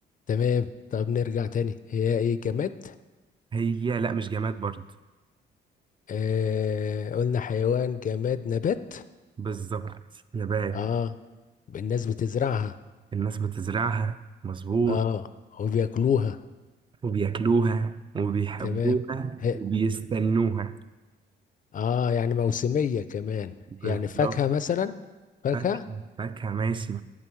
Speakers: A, on the left (about 40°); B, on the right (about 25°).
A: تمام طب نرجع تاني هي ايه جماد
B: <laughs> هي لا مش جماد برضه
A: آه قلنا حيوان جماد نبات
B: بالظبط نبات
A: اه الناس بتزرعها
B: الناس بتزرعها مظبوط
A: اه وبياكلوها
B: وبياكلوها وبيحبوها
A: تمام هي.
B: وبيستنوها
A: اه يعني موسمية كمان
B: بالظبط
A: يعني فاكهة مثلا فاكهة
B: فاكهة فاكهة ماشي